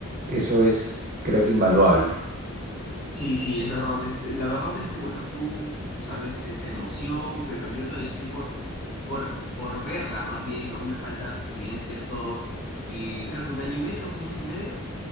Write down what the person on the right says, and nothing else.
eso es, creo que, invaluable.